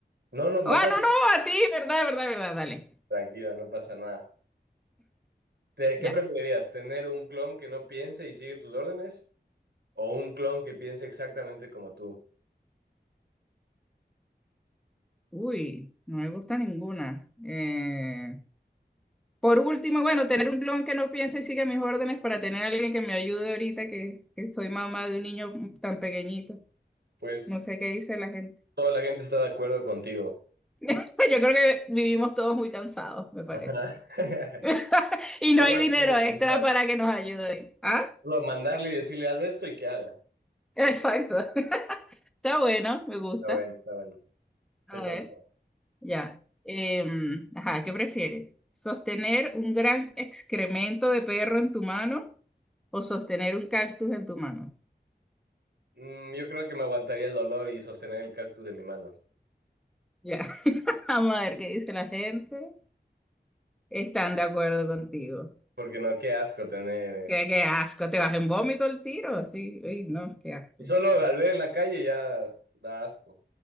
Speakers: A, on the right; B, in the centre.
A: No, no, me
B: Ah,
A: acabo.
B: no, no, a ti, verdad, verdad, verdad, dale.
A: Tranquila, no pasa nada. ¿Te- ¿Qué
B: Ya.
A: preferirías? ¿Tener un clon que no piense y sigue tus órdenes? ¿O un clon que piense exactamente como tú?
B: Uy, no me gusta ninguna. Eh, por último, bueno, tener un clon que no piense y siga mis órdenes para tener a alguien que me ayude ahorita que, que soy mamá de un niño tan pequeñito.
A: Pues
B: No sé qué dice la gente.
A: toda la gente está de acuerdo contigo.
B: <laughs> Yo creo que vivimos todos muy cansados, me parece.
A: Ajá. <laughs>
B: <laughs> Y no
A: Todo
B: hay
A: el
B: dinero
A: tiempo
B: extra
A: que está.
B: para que nos ayuden. Ah,
A: Solo mandarle y decirle, haz esto y que haga.
B: exacto. <laughs> Está bueno, me gusta.
A: Está bueno, está bueno. Te
B: A
A: toca.
B: ver, ya. Em, ajá, ¿qué prefieres? ¿Sostener un gran excremento de perro en tu mano o sostener un cactus en tu mano?
A: Mm, yo creo que me aguantaría el dolor y sostener el cactus de mi mano.
B: Ya. <laughs> Vamos a ver qué dice la gente. Están de acuerdo contigo.
A: Porque no, qué asco tener. eh,
B: Qué, qué asco, te vas en vómito el tiro, sí. Uy, no, qué asco.
A: Y solo al ver en la calle ya da asco.